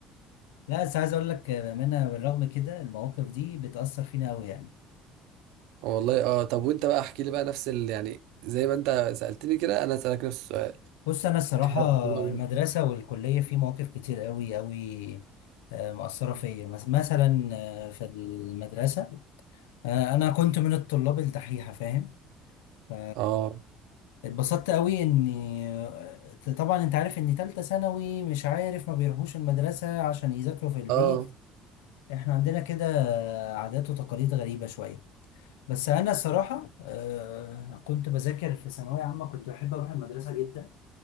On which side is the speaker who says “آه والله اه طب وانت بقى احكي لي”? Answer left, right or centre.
Right